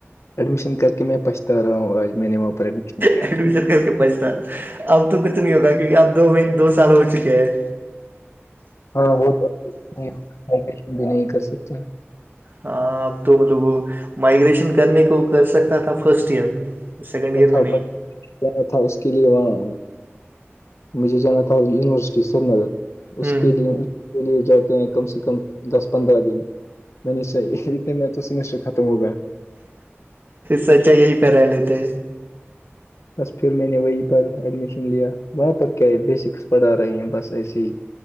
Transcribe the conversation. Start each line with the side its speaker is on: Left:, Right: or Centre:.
Left: ایڈمیشن کر کے میں پچھتا رہا ہوں آج میں نے وہاں پر ایڈمیشن کیا
Right: ایڈمیشن کرک کے پچھتا رہا اب تو کچ نہیں ہوگا کیونکہ اب دو دو سال ہو چکے ہیں
Left: ہاں وہ تو کچھ بھی نہیں کر سکتے
Right: ہاں اب تو مطلب وہ مائگریشن کرنے کو کر سکتا تھا فرسٹ ایئر میں اس سیکنڈ ایئر
Left: تھا
Right: میں نہیں
Left: بٹ جانا تھا اس کے لیے وہاں مجھے جانا تھا یونیورسٹی سری نگر اس
Right: ہوں
Left: کے لیے اس کے لیے جاتے ہیں کم سے کم دس پندرہ دن م نےشرت میں تو سمیشر ختم ہوگا
Right: سچا یہی پہیرہ لیتے
Left: بس پھر میں نے وہیں پر ایڈمیشن لیا وہاں پر کیا بیسکس پڑھا رہے ہیں بس ایسے ہی